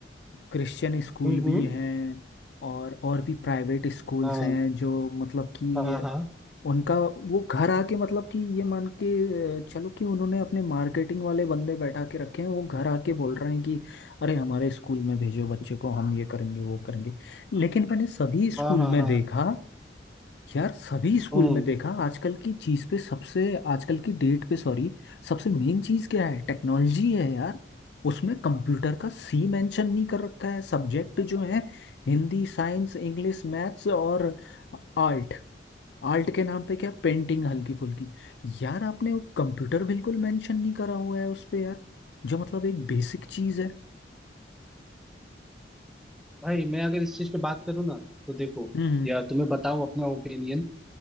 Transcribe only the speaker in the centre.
हम्म
हम्म
हाँ
हाँ हाँ
हाँ हाँ
हाँ
हम्म
भाई मैं अगर इस चीज पे बात करूँ ना तो देखो
या तुम्हें बताओ अपना ओपिनियन